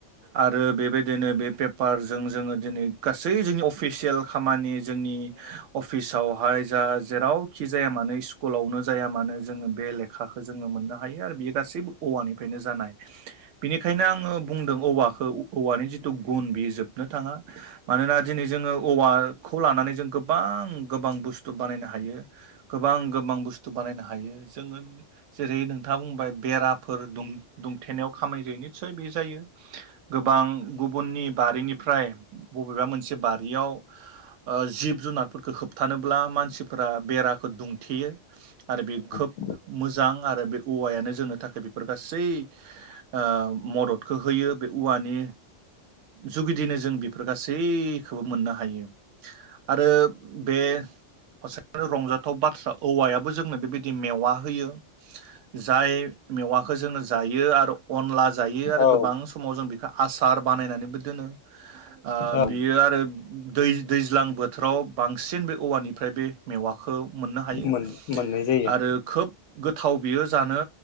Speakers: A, on the right; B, on the left.
A: आरो बेबायदिनो बे पेपारजों जोङो दिनै ग गासै जोंनि अफिसियेल खामानि जोंनि अफिसावहाय जा जेरावखि जाया मानो स्कुलावनो जाया मानो जोङो बे लेखाखो जोङो मोननो हायो आरो बेयो गासैबो औवानिफ्रायनो जानाय। बेनिखायनो आङो बुंदों औवाखौ औवानि जिथु गुन बेयो जोबनो थाङा। मानोना दिनै जोङो औवाखौ लानानै जों गोबां गोबां बुस्थु थु बानायनो हायो गोबां गोबां बुस्थु बानायनो हायो जोङो जेरै नोंथाङा बुंबाय बेराफोर दुम-दुंथेनायाव खामानि जायो निसय बे जायो। गोबां गुबुननि बारिनि ओमफ्राय बबेबा मोनसे बारियाव ओ जिब जुनारफोरखौ होबथानो अब्ला मानसिफोरा बेराखौ दुंथेयो आरो बे खोब
B: औ
A: मोजां आरो बे औवायानो जोंनो थाखाय बेफोर गासै आ मदद होयो बे औवानि जुगिदिनो जों बे बेफोर गासै खौबो मोननो हायो आरो बे रंजाथाव बाथ्रा औवायाबो जोंनो बेबायदि मेवा होयो जाय मेवाखौ जोङो जायो आरो। अनला जायो आरो
B: औ
A: गोबां समाव जों बेखौ आसार बानायनानैबो दोनो ओ
B: औ
A: बेयो आरो दै दैज्लां बोथोराव बांसिन बे औवानि ओमफ्राय बे मेवाखौ मोननो हायो
B: मोन मोननाय जायो
A: आरो खोब थाव बियो जानो।